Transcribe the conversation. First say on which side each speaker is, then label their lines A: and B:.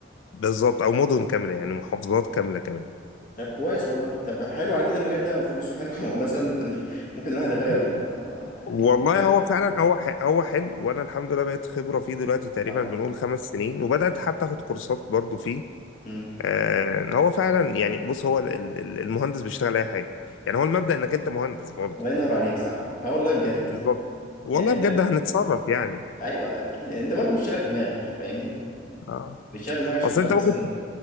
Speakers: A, on the left (about 75°); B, on the left (about 45°).
A: بالظبط او مدن كامله يعني محافظات كامله كمان
B: طب كويس والله طب حلو على كده المجال ده او فلوسه حلو <laughs> مثلا ممكن ممكن الواحد يغير
A: و-
B: اه
A: والله
B: يتلف-
A: هو فعلا هو ح- هو حلو وانا الحمد لله بقيت خبره فيه دلوقتي تقريبا
B: آه.
A: بنقول خمس سنين وبدات حتى اخد كورسات برضو فيه
B: مم.
A: آه هو فعلا يعني بص هو ال- ال- المهندس بيشتغل اي حاجه يعني هو المبدا انك انت مهندس برضو
B: الله ينور عليك صح اه والله بجد
A: بالظبط والله
B: يعني انت
A: بجد هنتصرف يعني
B: ايوه اكيد انت برضه بتشتغل دماغك فاهمني
A: اه
B: بتشتغل دماغك عشان
A: اصل
B: تعرف
A: انت
B: مثلا
A: ممكن